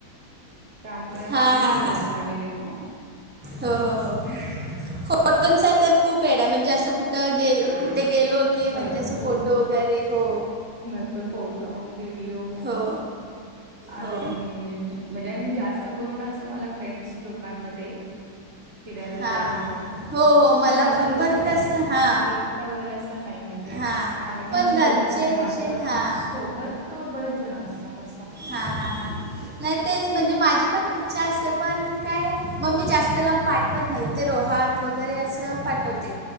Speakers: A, on the right; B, on the right.
A: त्यामुळे मग
B: हां
A: तिथे
B: हां
A: पहिल्यांदा
B: हां
A: गेलेलो.
B: हो हो हो. <unintelligible> पनचा तर खूप वेड म्हणजे असं कु त्या गेलो कुठे गेलो की म्हणजे
A: भरपूर
B: असं फोटो वगैरे हो
A: भरपूर फोटो, व्हिडिओ
B: हो.
A: आणि
B: हो
A: म्हणजे आणि जास्त करूनून असं मला फ्रेंड्स लोकांमध्ये फिरायला
B: हां
A: जायला आवडत म्हणजे
B: हो हो मला
A: जास्त
B: पण
A: लोकांमध्ये
B: पण कसं हां
A: असं एक कटं वगैरे असं नाही म्हणजे
B: हां
A: आत्ता आम्ही पण असं
B: घरचे
A: दोघंच नाही पण आमच्या
B: कसे हां
A: सोबत तो बरेच जण अस्सा कसा
B: हा हा हा. नाय तेच म्हणजे माझी पण इच्छा असते पण काय मम्मी जास्त लांब पाठवत नाही. ते रोहात वगैरे असं पाठवते.